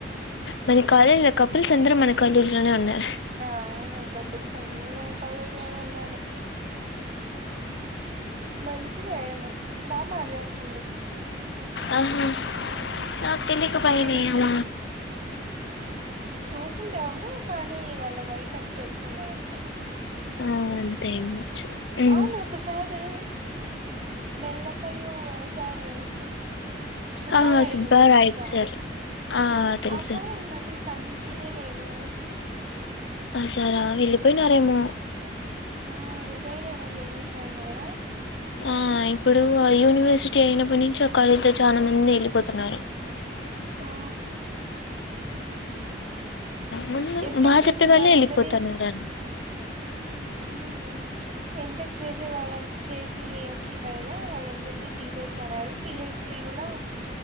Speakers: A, on the left; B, on the right.
A: మన కాలేజ్ లో కపిల్స్ అందరం మన కాలేజీ లోనే ఉన్నారు.
B: అవును కపుల్స్ అందరు మన కాలేజ్లోనే ఉన్నారు. మంచిదే ఆయమ్మ బాగ మాట్లాడుతుంది
A: ఆహా నాక్ తెలిక భయమే
B: వీళ్ళు
A: అఉ
B: చూసింటావు కానీ వాళ్ళ వైఫ్ అని తెలిసిండదు అంతే
A: ఆ అంతే ఉండొచ్చు ఉమ్
B: అవును ఒక సారు మెల్లకల్లు సారు సుబ్ సుబ్బారాయుడు
A: ఆ
B: సర్ తెల్సా
A: సార్ ఆ తెలుసు
B: ఆ సారు మసలు కనిపినే లేదు
A: ఆ సారా వెళ్ళిపోయినారేమో
B: ఆ రిజైన్ ఏమైన చేసేసినాడు ఏమోగద
A: ఆ ఇప్పుడు ఆ యూనివర్సిటీ అయినప్పటి నుంచి ఆ కాలేజ్లో చాలా మంది వెళ్ళిపోతున్నారు.
B: ఆ
A: ముందు
B: ఎంటెక్
A: బాగ
B: చేసిన
A: జెప్పేవాళ్ళే
B: వాళ్ళందరినీ
A: ఎళ్ళిపోతాన్నారు
B: ఉమ్ ఎంటెక్ చేసే వాళ్ళ చేసి వచ్చి కదా వాళ్ళందరినీ తీసేస్తన్నారు పిహెచ్ డి కుడా